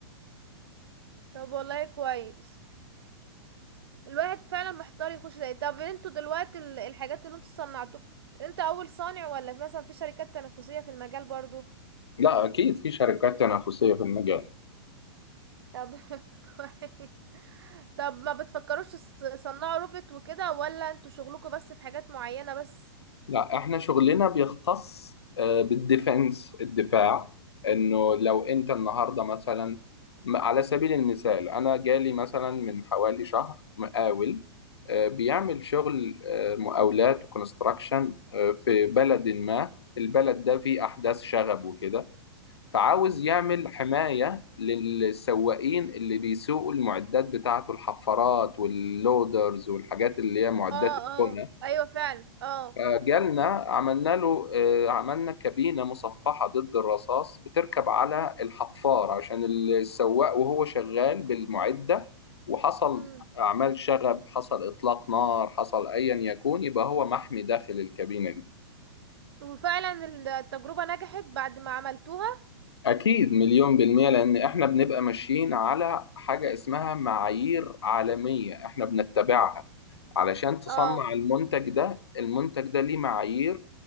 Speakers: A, on the right (about 65°); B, on the left (about 75°).
A: طب والله كويس الواحد فعلا محتار يخش ده طب انتوا دلوقتي ال- الحاجات اللي انتوا صنعتوها انت اول صانع ولا مثلا في شركات تنافسية في المجال برضو
B: لا أكيد في شركات تنافسية في المجال
A: طب <laughs> كويس طب ما بتفكروش تس- تصنعوا روبوت وكده ولا انتوا شغلكم بس في حاجات معينة بس
B: لا احنا شغلنا بيختص آه، بالديفنس الدفاع انه لو انت النهارده مثلا م- على سبيل المثال انا جالي مثلا من حوالي شهر مقاول آه، بيعمل شغل آه، مقاولات وكونستراكشن آه، في بلد ما البلد ده فيه احداث شغب وكده فعاوز يعمل حماية للسواقين اللي بيسوقوا المعدات بتاعته الحفارات واللودرز والحاجات اللي هي معدات
A: اه اه
B: البناء
A: ايوه فعلا اه
B: فجالنا عملنا له آه، عملنا كابينة مصفحة ضد الرصاص بتركب على الحفار عشان السواق وهو شغال بالمعدة وحصل
A: امم
B: أعمال شغب حصل إطلاق نار حصل أيا يكون يبقى هو محمي داخل الكابينة دي
A: وفعلا ال- التجربة نجحت بعد ما عملتوها
B: أكيد مليون بالمية لأن إحنا بنبقى ماشيين على حاجة اسمها معايير عالمية إحنا بنتبعها علشان تصنع
A: اه
B: المنتج ده المنتج ده ليه معايير